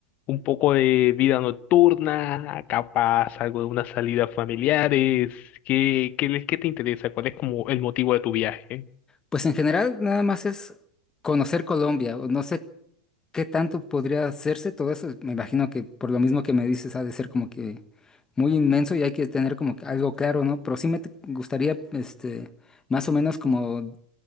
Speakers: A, on the left (about 40°); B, on the left (about 20°).
A: un poco de vida nocturna, capaz algo de unas salidas familiares? ¿Qué, qué, les- qué te interesa? ¿Cuál es como el motivo de tu viaje?
B: Pues en general nada más es conocer Colombia, o no sé. ¿Qué tanto podría hacerse todo eso? Me imagino que por lo mismo que me dices ha de ser como que muy inmenso y hay que tener como que algo claro, ¿no? Pero sí me te- gustaría, este, más o menos como